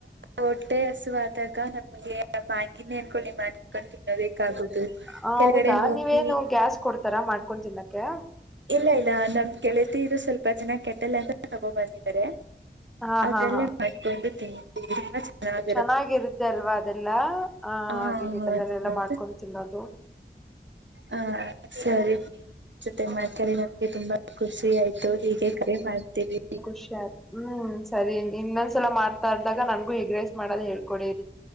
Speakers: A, on the right; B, in the centre.
A: ಹೊಟ್ಟೆ ಹಸುವಾದಾಗ ನಮಗೆ ಬಾಗಿಿನ ಅನ್ಕೊಳ್ಳಿ ಮಾಡ ಕಕೊಂಡು ತಿನ್ನಬೇಕಾಗುದು
B: ಹೌದಾ
A: ಕೆಳಗಡೆ ಹೋಗಿ
B: ನೀವೇನು ಗ್ಯಾಸ್ ಕೊಡ್ತ್ ತೀರಾ ಮಾಡ್ಕೊಂಡ್ ತಿನ್ನೋಕೆ.
A: ಇಲ್ಲ ಇಲ್ಲ ನಮ್ ಗೆಳೆತಿ ಇದು ಸ್ವಲ್ಪ ಜನ ಕೆಟ್ಟಲ್ಲ ಅಂತಾ ತಗೋ ಬಂದಿದ್ದಾರೆ.
B: ಹಾ
A: ಅದಲ್ಲೇ
B: ಹಾ ಹಾ
A: ಮಾಡ್ಕೊಂಡು ತಿಂತು ಚೆನ್ನಾಗಿ
B: ಚೆನ್ನಾಗಿರುತ್ತೆ ಅಲ್ವಾ ಅದೆಲ್ಲ ಆ
A: ಹಾ
B: ಹಾಗಗೆ ಗಟಲ್ಲಲ್ಲ
A: ಹೌದು
B: ಎಲ್ಲಾ
A: ಹೌದು
B: ಮಾಡ್ಕೊತಿನ್ನೋ ಅದು
A: ಹಾ ಸರಿ ಮಾಡ್ಕಾರೆ ನಮ್ಗೆ ತುಂಬಾ ಖುಷಿ ಆಯ್ತು ಹೀಗೆ ಕರೆ ಮಾಡ್ತೀ ರಿ.
B: ಹುಷಾರ್ ಹ್ಮ್ ಸರಿ ಇನ್ನೊಂದ್ಸಲ ಮಾಡ್ತಾಾರ್ದಾಗ ನನ್ಗೆ ಹೆಗ್ರೈಸ್ ಮಾಡದ್ ಹೇಳ್ಕೊಡಿರಿ.